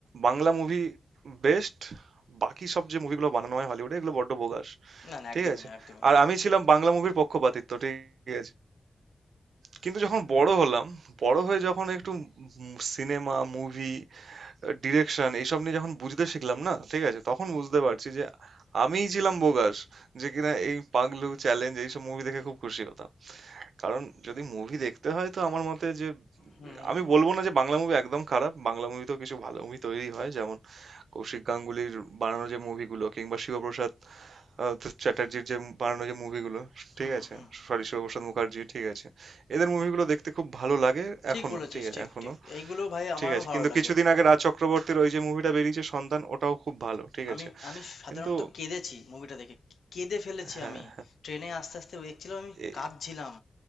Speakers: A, on the right (about 85°); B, on the left (about 80°).
A: বাংলা মুভি বেস্ট বাকি সব যে মুভিগুলো বানানো হয় হলিউডে এগুলো বড্ড বোগাস
B: না না
A: ঠিক
B: একদমই
A: আছে
B: না একদমই
A: আর
B: না
A: আমি ছিলাম বাংলা মুভির পক্ষপাতিত্ব ঠিক আছে কিন্তু যখন বড় হলাম বড় হয়ে যখন একটু সিনেমা মুভি ডিরেকশন এইসব নিয়ে যখন বুঝতে শিখলাম না ঠিক আছে তখন বুঝতে পারছি যে আমিই ছিলাম বোগাস যে কিনা এই পাগলু চ্যালেঞ্জ এইসব মুভি দেখে খুব খুশি হতাম কারণ যদি মুভি দেখতে হয় তো আমার মতে যে
B: হুম হুম
A: আমি বলবো না যে বাংলা মুভি একদম খারাপ বাংলা মুভিতেও কিছু ভালো মুভি তৈরি হয় যেমন কৌশিক গাঙ্গুলির বানানো যে মুভিগুলো কিংবা শিবপ্রসাদ আহ, তো চ্যাটার্জির যে বানানো যে মুভিগুলো
B: হুম
A: ঠিক
B: হুম
A: আছে
B: হুম
A: সরি শিবপ্রসাদ মুখার্জি ঠিক আছে এদের মুভিগুলো দেখতে খুব ভালো লাগে
B: ঠিক
A: এখনো
B: বলেছিস
A: ঠিক আছে
B: ঠিক
A: এখনো
B: ঠিক এইগুলো ভাই আমারও
A: ঠিক আছে
B: ভালো
A: কিন্তু
B: লাগে
A: কিছুদিন আগে রাজ চক্রবর্তীর ওই যে মুভিটা বেরিয়েছে সন্তান ওটাও খুব ভালো ঠিক
B: আমি
A: আছে
B: আমি সাধারণত
A: কিন্তু
B: কেঁদেছি মুভিটা দেখে কেঁদে ফেলেছি
A: হ্যাঁ
B: আমি ট্রেনে আস্তে আস্তে দেখছিলাম আমি
A: এ-
B: কাঁদছিলাম